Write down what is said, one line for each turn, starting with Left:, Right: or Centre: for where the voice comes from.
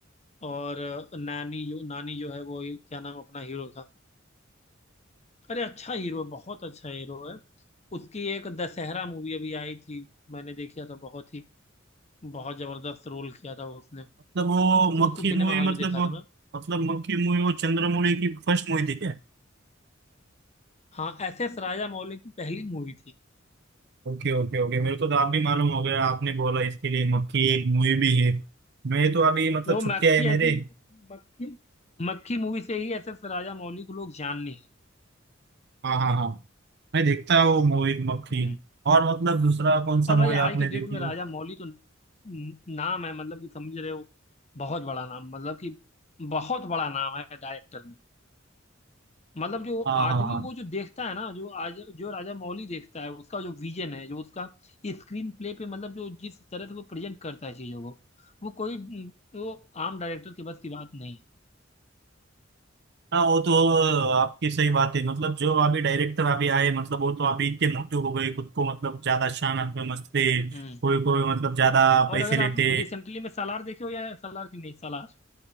Left: और अ, नानी जो नानी जो है वो क्या नाम अपना हीरो था अरे अच्छा हीरो है बहुत अच्छा हीरो है उसकी एक दशहरा मूवी अभी आई थी मैंने देखा था बहुत ही बहुत जबरदस्त रोल किया था उसने
Right: मतलब वो मक्खी
Left: उसको सिनेमा
Right: मूवी
Left: हॉल में
Right: मतलब
Left: देखा था मैं
Right: मतलब मक्खी मूवी वो चंद्रमुखी की फर्स्ट मूवी थी क्या
Left: हाँ एस एस राजा मौली की पहली मूवी थी
Right: ओके ओके ओके मेरे को तो आप भी मालूम हो गया आपने बोला इसके लिए मक्खी एक मूवी भी है मैं तो अभी मतलब
Left: वो
Right: छुट्टियां
Left: मक्खी
Right: है मेरे
Left: आई थिंक मक्खी मक्खी मूवी से ही एस एस राजा मौली को लोग जानने लगे
Right: हाँ हाँ हाँ मैं देखता हूँ मूवी मक्खी
Left: हम्म।
Right: और मतलब दूसरा कौन सा
Left: और
Right: मूवी
Left: भाई आज
Right: आपने
Left: के डेट
Right: देखी
Left: में राजा
Right: है
Left: मौली तो न- नाम है मतलब कि समझ रहे हो बहुत बड़ा नाम मतलब कि बहुत बड़ा नाम है डायरेक्टर में मतलब जो
Right: हाँ
Left: आदमी
Right: हाँ हाँ
Left: वो जो देखता है ना जो आज जो राजा मौली देखता है उसका जो विजन है जो उसका स्क्रीन प्ले पे मतलब जो जिस तरह से वो प्रेजेंट करता है चीजों को वो कोई वो आम डायरेक्टर के बस की बात नहीं है।
Right: हाँ वो तो आपकी सही बात है मतलब जो अभी डायरेक्टर अभी आए मतलब वो तो अभी इतने मोटे हो गए खुद को मतलब ज्यादा शान आप समझते कोई
Left: हम्म
Right: कोई मतलब ज्यादा पैसे
Left: और अगर
Right: लेते
Left: आप रिसेंटली में सालार देखे हो या सालार की नहीं सालार